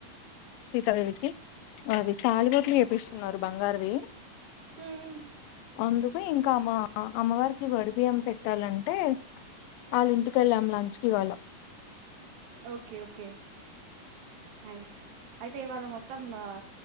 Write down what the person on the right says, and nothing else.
హుమ్
ఓకే ఓకే నైస్ అయితే ఇవాళ మొత్తం ఆ